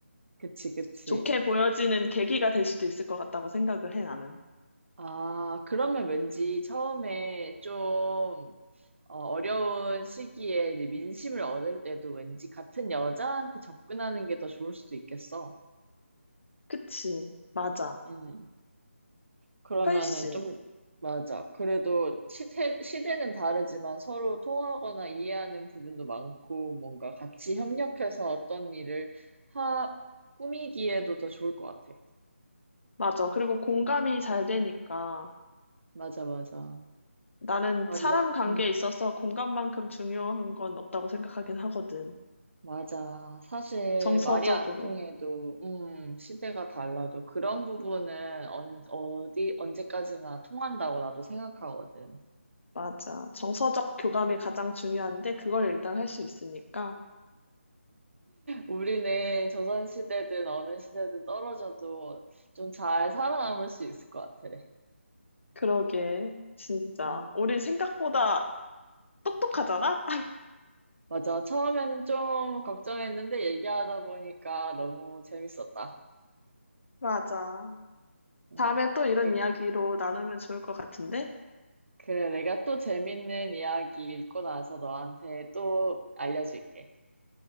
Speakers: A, on the right; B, on the left.
A: 그치, 그치.
B: 좋게 보여지는 계기가 될 수도 있을 것 같다고 생각을 해 나는.
A: 아, 그러면 왠지 처음에 좀 어, 어려운 시기에 이제 민심을 얻을 때도 왠지 같은 여자한테 접근하는 게 더 좋을 수도 있겠어.
B: 그치, 맞아.
A: 음. 그러면은
B: 훨씬
A: 좀, 맞아. 그래도 시대, 시대는 다르지만 서로 통하거나 이해하는 부분도 많고, 뭔가 같이 협력해서 어떤 일을 하, 꾸미기에도 더 좋을 것 같아.
B: 맞아. 그리고 공감이 잘 되니까.
A: 맞아, 맞아.
B: 나는
A: 아,
B: 사람
A: 이렇게,
B: 관계에
A: 음,
B: 있어서 공간만큼 중요한 건 없다고 생각하긴 하거든.
A: 맞아. 사실
B: 정서적으로.
A: 말이 안 통해도, 음, 시대가 달라도 그런 부분은 언, 어디, 언제까지나 통한다고 나도 생각하거든.
B: 맞아. 정서적 교감이
A: 음.
B: 가장 중요한데 그걸 일단 할 수 있으니까.
A: 우리는 조선시대든 어느 시대든 떨어져도 좀 잘 살아남을 수 있을 것 같아.
B: 그러게. 진짜.
A: 음,
B: 우리 생각보다 똑똑하잖아? <laughs>
A: 맞아. 처음에는 좀 걱정했는데 얘기하다 보니까 너무 재밌었다.
B: 맞아.
A: 음,
B: 다음에 또 이런
A: 네.
B: 이야기로 나누면 좋을 것 같은데?
A: 그래, 내가 또 재밌는 이야기 읽고 나서 너한테 또 알려줄게.